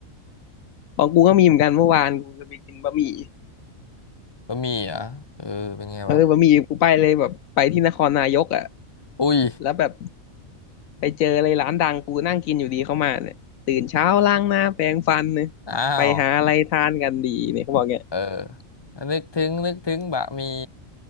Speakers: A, on the left; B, on the left.
A: ของกูก็มีเหมือนกันเมื่อวานกูจะไปกินบะหมี่
B: ก็มีเหรอเออเป็นไงวะ
A: เออบะหมี่กูไปเลยแบบไปที่นครนายกอ่ะ
B: อุ้ย
A: แล้วแบบ ไปเจอเลยร้านดังกูนั่งกินอยู่ดีเข้ามาเนี่ยตื่นเช้าล้างหน้าแปรงฟันเนี่ยไปหาอะไรทานกันดีเนี่ยเขาบอกเนี่ย
B: อ้าว เออนึกถึงนึกถึงบะหมี่